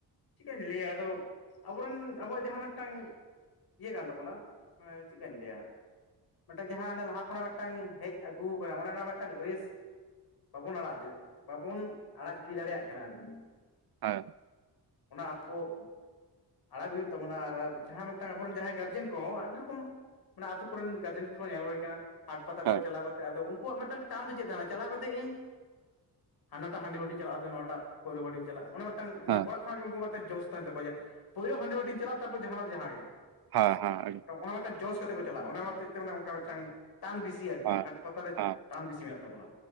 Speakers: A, on the left; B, on the right.
A: ᱪᱤᱠᱟᱹᱧ ᱞᱟᱹᱭᱟ ᱟᱫᱚ ᱟᱵᱚᱨᱮᱱ ᱟᱵᱚᱣᱟᱜ ᱡᱟᱦᱟᱸ ᱢᱤᱫᱴᱟᱝ ᱤᱭᱟᱹ ᱠᱟᱱ ᱛᱟᱵᱚᱱᱟ ᱢᱟᱱᱮ ᱪᱮᱜᱠᱟᱧ ᱞᱟᱹᱭᱟ? ᱢᱮᱜ ᱴᱟᱝ ᱡᱟᱦᱟᱸ ᱚᱱᱮ ᱞᱟᱦᱟ ᱠᱷᱚᱱᱟᱜ ᱢᱤᱫ ᱴᱟᱝ ᱦᱮᱡ ᱟᱹᱜᱩᱣ ᱠᱟᱱᱟ ᱚᱱᱮ ᱚᱱᱟ ᱢᱤᱫ ᱴᱟᱝ ᱨᱮᱥ ᱵᱟᱵᱚᱱ ᱟᱲᱟᱜ ᱫᱮ ᱵᱟᱵᱚᱱ ᱟᱲᱟᱜ ᱜᱤᱲᱤ ᱫᱟᱲᱮᱭᱟᱜ ᱠᱟᱱᱟ ᱟᱨᱠᱤ᱾
B: ᱟᱹᱭ
A: ᱚᱱᱟ ᱟᱵᱚ ᱟᱲᱟᱜᱽ ᱦᱩᱭᱩᱜ ᱛᱟᱵᱚᱱᱟ ᱟᱨ ᱡᱟᱦᱟᱸ ᱢᱤᱫ ᱴᱟᱝ ᱟᱵᱚᱨᱮᱱ ᱡᱟᱦᱟᱸᱭ ᱜᱟᱨᱡᱮᱱ ᱠᱚᱸᱦᱚ ᱟᱹᱰᱤ ᱨᱚᱠᱚᱢ ᱢᱟᱱᱮ ᱟᱛᱩ ᱠᱚᱨᱮᱱ ᱜᱟᱨᱡᱮᱱ ᱠᱚᱦᱚᱸ ᱧᱮᱞ ᱦᱩᱭ ᱠᱟᱱᱟ ᱦᱟᱴ ᱯᱟᱛᱟ ᱠᱚᱨᱮ
B: ᱦᱮᱸ
A: ᱪᱟᱞᱟᱣ ᱠᱟᱛᱮ ᱟᱫᱚ ᱩᱝ ᱠᱩᱣᱟᱜ ᱢᱤᱫ ᱴᱟᱝ ᱴᱟᱱ ᱫᱚ ᱪᱮᱫ ᱛᱟᱦᱮᱱᱟ ᱪᱟᱞᱟᱣ ᱠᱟᱛᱮ ᱤᱧ ᱦᱟᱱᱟᱴᱟᱜ ᱦᱟᱺᱰᱤ ᱵᱟᱹᱴᱤᱧ ᱪᱟᱞᱟᱜ-ᱟ ᱥᱮ ᱱᱚᱣᱟ ᱴᱟᱜ ᱯᱟᱹᱣᱨᱟᱹ ᱵᱷᱟᱹᱴᱤᱧ ᱪᱟᱞᱟᱜ-ᱟ ᱚᱱᱟ ᱢᱤᱫ ᱴᱟᱝ
B: ᱦᱮᱸ
A: ᱚᱲᱟᱜ ᱠᱷᱚᱱᱟᱜ ᱜᱮ ᱩᱱᱠᱩ ᱢᱮᱜ ᱴᱟ ᱡᱚᱥ ᱛᱟᱦᱮ ᱛᱟᱠᱚᱣᱟ ᱡᱮ ᱯᱳᱭᱞᱳ ᱦᱟᱺᱰᱤ ᱵᱷᱟᱹᱴᱤᱧ ᱪᱟᱞᱟᱜ-ᱟ ᱛᱟᱨᱯᱚᱨ ᱡᱟᱦᱟᱱᱟᱜ ᱫᱚ ᱡᱟᱦᱟᱸ ᱜᱮ,
B: ᱦᱟᱸ ᱦᱟᱸ
A: ᱚᱱᱟ ᱢᱤ ᱴᱟᱝ ᱡᱚᱥ ᱠᱟᱛᱮ ᱠᱚ ᱪᱟᱞᱟᱜ-ᱟ ᱚᱱᱟ ᱦᱚᱛᱮᱡ ᱛᱮ ᱚᱱᱟ ᱚᱱᱠᱟ ᱢᱤᱫ ᱴᱟᱝ ᱴᱟᱱ ᱵᱤᱥᱤ ᱟᱨᱠᱤ
B: ᱦᱮᱸ
A: ᱦᱟ ᱯᱟᱛᱟ ᱨᱮ
B: ᱦᱮᱸ
A: ᱴᱟᱱ ᱵᱤᱥᱤ ᱢᱮᱱᱟᱜ ᱛᱟᱵᱚᱱᱟ᱾